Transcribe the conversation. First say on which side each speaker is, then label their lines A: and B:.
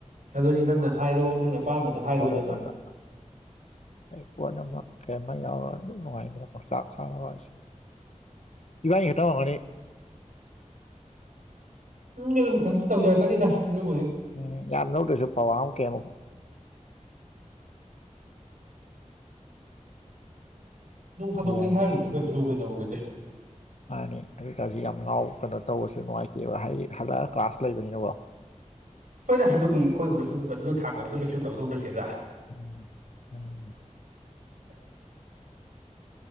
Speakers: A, on the right; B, on the left.
A: ꯑꯗꯨꯗꯤ ꯅꯪꯅ ꯍꯥꯏꯔꯣ ꯅꯪꯅ ꯑꯄꯥꯝꯕꯗꯣ ꯍꯥꯏꯔꯣꯗꯅ
B: ꯁꯣꯂꯣꯕꯗ ꯑꯩ ꯄꯣꯠ ꯑꯃ ꯀꯌꯥꯃ ꯌꯥꯎꯔꯒ ꯅꯨꯡꯉꯥꯏꯗꯅ ꯄꯪꯁꯥꯟ ꯁꯥꯅ ꯕꯁꯦ ꯏꯕꯅꯤ ꯈꯛꯇꯥ ꯑꯣꯏꯒꯅꯤ
A: ꯎꯝ ꯑꯗꯨꯝ ꯇꯧꯖꯔꯛꯀꯅꯤꯗ ꯑꯗꯨꯕꯨ
B: ꯎꯝ ꯌꯥꯔꯅꯣ ꯁ ꯄꯋꯥ ꯀꯦꯃꯣ
A: ꯅꯣꯡ ꯐꯥꯗꯣꯛꯅꯤ
B: ꯌꯦꯡꯉꯒ
A: ꯍꯥꯏꯔꯗꯨꯁꯨ ꯀꯩꯁꯨ ꯑꯩꯈꯣꯏ ꯂꯧꯒꯅꯤ
B: ꯃꯥꯅꯤ ꯑꯗꯨ ꯑꯣꯏꯇꯥꯔꯁꯨ ꯌꯥꯝ ꯉꯥꯎ ꯀꯩꯅꯣ ꯇꯧꯔꯁꯨ ꯅꯨꯡꯉꯥꯏꯇꯦꯕ ꯍꯥꯏ ꯍꯜꯂꯛ ꯀ꯭ꯂꯥꯁ ꯂꯩꯕꯅꯤꯅꯀꯣ
A: ꯍꯣꯏꯗ ꯑꯗꯨꯒꯤ ꯑꯩꯈꯣꯏꯕꯨ ꯑꯗꯨ ꯑꯗꯨ ꯊꯥꯛ ꯌꯧꯅꯒꯁꯨ ꯇꯧꯗꯧ ꯅꯠꯇꯦꯗ
B: ꯎꯝ ꯌꯥ
A: <inaudible>